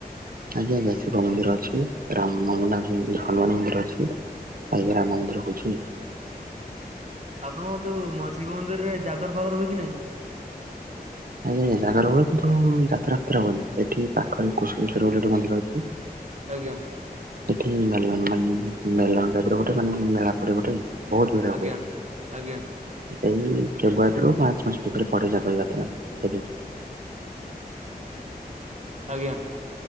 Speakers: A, on the right (about 60°); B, on the right (about 45°).
A: ଆଜ୍ଞା ଆଜ୍ଞା ଶିବ ମନ୍ଦିର ଅଛି ରାମ ମଙ୍ଗନାଥ ହନୁମାନ ମନ୍ଦିର ଅଛି। ଆ ଏବେ ରାମ ମନ୍ଦିର ହଉଛି।
B: <inaudible> ଆପଣଙ୍କ ଯୋଉ ମ ଶିବ ମନ୍ଦିରରେ ଜାଗର ଫାଗର ହୁଏ କି ନାହିଁ।
A: ଆଜ୍ଞା ଆଜ୍ଞା ଜାଗର ହୁଏ। କିନ୍ତୁ ଯାତ୍ରା ଫାତ୍ରା ହୁଏନି। ଏଠି ପାଖରେ କୁଶଳେସ୍ୱର ବୋଲି ଗୋଟେ ମନ୍ଦିର ଅଛି।
B: ଆଜ୍ଞା।
A: ସେଠି ମେଲନ ମାନେ ଯେମିତି ମେଲନ ଟାଇପର ଗୋଟେ ମାନେ ମେଳା ପଡେ ଗୋଟେ। ବହୁତ ଭିଡ଼
B: ଆଜ୍ଞା
A: ହୁଏ
B: ଆଜ୍ଞା
A: ଏଇ ଫେବୃଆରୀରୁ ମରଚ୍ଚ ମାସ। ଏଥିରେ ପଡେ ଜାଗର ଯାତ୍ରା ଆଜ୍ଞା।
B: ଆଜ୍ଞା।